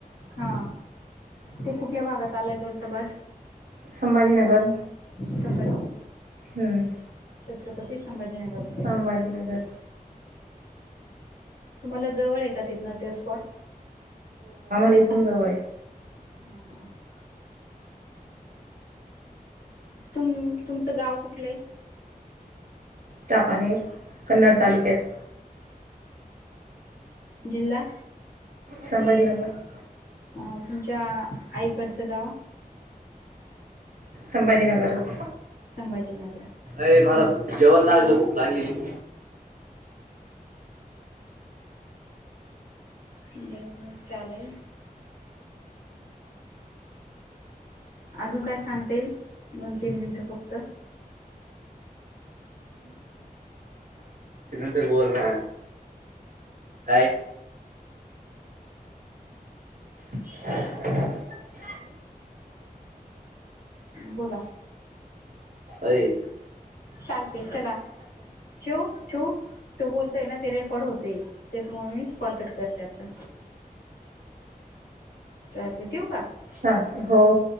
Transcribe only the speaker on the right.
संभाजीनगर
हम्म
संभाजीनगर
नाहीतम जय
चापानेर कन्नड तालुक्यात
संभाजीनगर
संभाजीनगरच
अय मला भूक जेवण लागलं
भूक लागली <inaudible>
त नंतर बोल ना काय <inaudible>
अई
ल हो हो